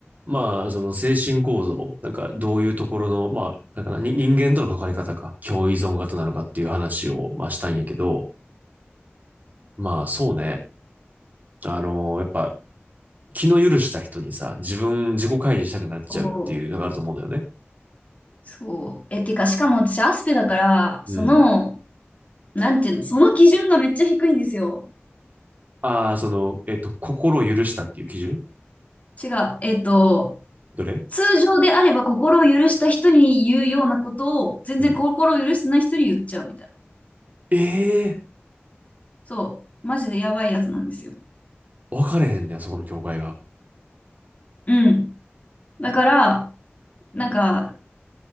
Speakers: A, on the right; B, on the left.
A: まあ、その精神構造、なんかどういうところの、まあ、なんかな、に人間との関わり方か、共依存型なのかっていう話を、まあ、したんやけど、まあ、そうね。あのーやっぱ、気の許した人にさ、自分、自己開示したくなっちゃうっていうのがあると思うのよね。
B: そう。そうえ、てか、しかも私、アスペだから、その、
A: うん。
B: なんていうの、その基準がめっちゃ低いんですよ。
A: ああ、その、えっと、心を許したっていう基準
B: 違う。えっと、
A: どれ
B: 通常であれば心を許した人に言うようなことを、全然心を許してない人に言っちゃうみたいな。
A: うん。ええー
B: そう。マジでやばいやつなんですよ。
A: 分かれへんねや、そこの境界が。
B: うん。だから、なんか、